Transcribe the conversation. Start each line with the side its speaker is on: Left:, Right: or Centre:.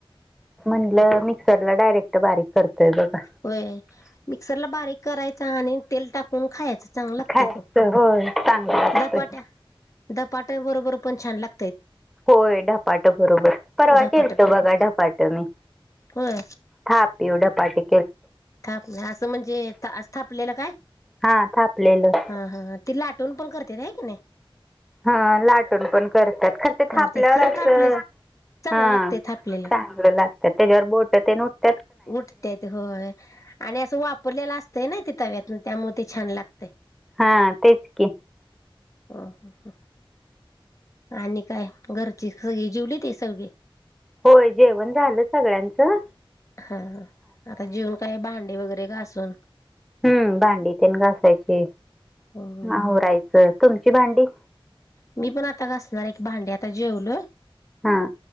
Centre: म्हंटलं मिक्सरला डायरेक्ट बारीक करतोय बघा
Left: होय, मिक्सर ला बारीक करायचा आणि तेल टाकून खायच चांगलं लागते
Centre: खायचं
Left: की,
Centre: होय चांगलं लागतंय
Left: धपाट्या धपाट्या बरोबर पण छान लाग
Centre: होय धपाटं बरोब, र परवा
Left: धपाट्या
Centre: केलतो
Left: बरोबर
Centre: बघा धपाटं मी.
Left: होय
Centre: थापीव धपाटी
Left: थापणे, असं म्हणजे, असं थापलेलं काय?
Centre: हा थापलेलं
Left: हा, हा, ती लाटुन पण करत्यात आहे की नाही?
Centre: हा लाटूण पण करत्यात, खरं ते
Left: करत्यात
Centre: थापल्यावर
Left: खरं
Centre: असं
Left: थापलेलं चांगलं
Centre: हा,
Left: लागतंय थापलेलं
Centre: चांगलं लागतं त्याच्यावर बोट ते न उट
Left: उठतेेत होय, आणि असं वापरलेलं असतंय ना ते तव्यातून, त्यामुळे ते छान लागत
Centre: हा, तेच की.
Left: ह, हा, ह आणि काय? घरची सगळी जिवली ते सगळी?
Centre: होय, जेवण झालं सगळ्यांचं.
Left: हा, आता जीवून काय भांडे वगैरे घासून,,
Centre: हम्म, भांडी तेन घासायची,,
Left: हं
Centre: आवरायचं,, तुमची भांडी?
Left: मी पण आता घासणार या कि भांडी,, आता जेवलोय.
Centre: हा